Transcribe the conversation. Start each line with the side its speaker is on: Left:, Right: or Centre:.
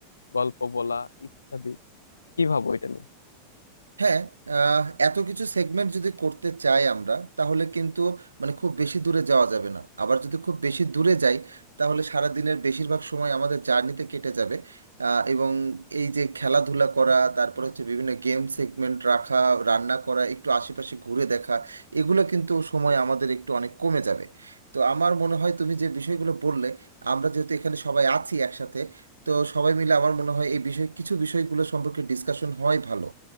Left: গল্প বলা ইত্যাদি কি ভাবো এটা নিয়ে?
Right: হ্যাঁ আহ, এত কিছু সেগমেন্ট যদি করতে চাই আমরা তাহলে কিন্তু মানে খুব বেশি দূরে যাওয়া যাবে না আবার যদি খুব বেশি দূরে যাই তাহলে সারা দিনের বেশিরভাগ সময় আমাদের জার্নিতে কেটে যাবে আহ, এবং এই যে খেলাধুলা করা তারপরে হচ্ছে বিভিন্ন গেম সেগমেন্ট রাখা রান্না করা একটু আশেপাশে ঘুরে দেখা এগুলো কিন্তু সময় আমাদের একটু অনেক কমে যাবে তো আমার মনে হয় তুমি যে বিষয়গুলো বললে আমরা যেহেতু এখানে সবাই আছি একসাথে তো সবাই মিলে আমার মনে হয় এই বিষয় কিছু বিষয়গুলো সম্পর্কে ডিসকাশন হয় ভালো